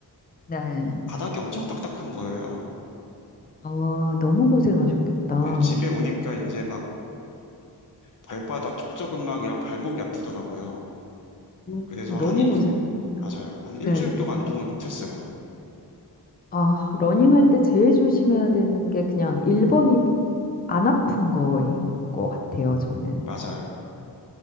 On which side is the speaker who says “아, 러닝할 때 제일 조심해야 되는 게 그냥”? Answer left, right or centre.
Left